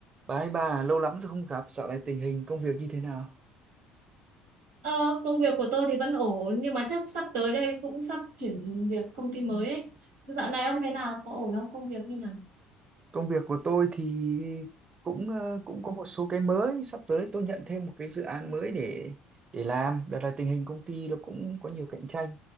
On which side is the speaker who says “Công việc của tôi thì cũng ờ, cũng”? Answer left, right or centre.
Right